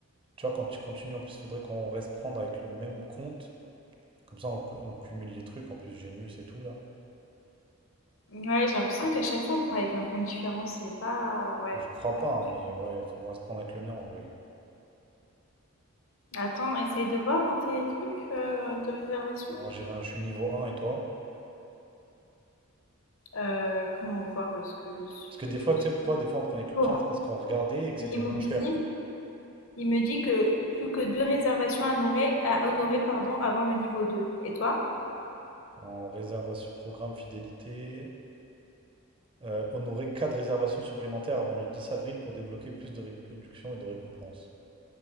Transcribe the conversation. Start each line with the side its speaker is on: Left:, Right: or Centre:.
Right: Tu vois, quand tu continues, en plus, il faudrait qu'on reste prendre avec le même compte. Comme ça, on, cu- on cumule les trucs. En plus, Genius et tout, là.
Left: Ouais, j'ai l'impression qu'à chaque fois, on prend avec un compte différent, c'est pas... Ouais,
Right: Mais je crois
Left: c'est pas
Right: pas,
Left: foutu.
Right: hein, mais ouais, il faut qu'on reste prendre avec le mien, en vrai.
Left: Attends, essaye de voir dans tes trucs euh, de réservation.
Right: Alors, j'ai rien, je suis niveau un et toi?
Left: Euh, comment voir où est-ce que je suis?
Right: Parce que des fois,
Left: Je suis...
Right: tu sais pourquoi des fois on prenait que
Left: Bon,
Right: le tien, c'est parce qu'on regardait et que c'était
Left: immobilisé.
Right: moins cher.
Left: Il me dit que plus que deux réservations à honorer, à honorer pardon, avant le niveau 2. Et toi?
Right: En réservation, programme fidélité. Euh, honorer 4 réservations supplémentaires avant le 10 avril pour débloquer plus de réductions et de récompenses.